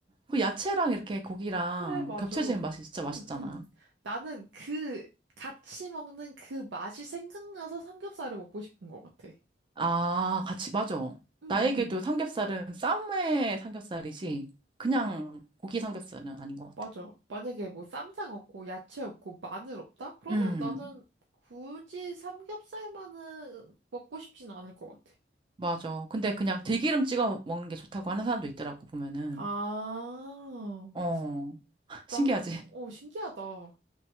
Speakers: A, on the right; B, on the right.
A: 그 야채랑 이렇게 고기랑
B: 그래, 맞아.
A: 겹쳐지는
B: 응,
A: 맛이 진짜 맛있잖아.
B: 응. 나는 그, 같이 먹는 그 맛이 생각나서 삼겹살을 먹고 싶은 것 같아.
A: 아, 같이, 맞아.
B: 응,
A: 나에게도
B: 응,
A: 삼겹살은 쌈의 삼겹살이지, 그냥
B: 응.
A: 고기 삼겹살은 아닌 것 같아.
B: 맞아. 만약에 뭐 쌈장 없고, 야채 없고, 마늘 없다? 그러면
A: 음,
B: 나는 굳이 삼겹살만은 먹고 싶진 않을 것 같아.
A: 맞아. 근데 그냥 들기름 찍어 먹는 게 좋다고 하는 사람도 있더라고, 보면은.
B: 아,
A: 어, <laughs> 신기하지?
B: 나, 어, 신기하다.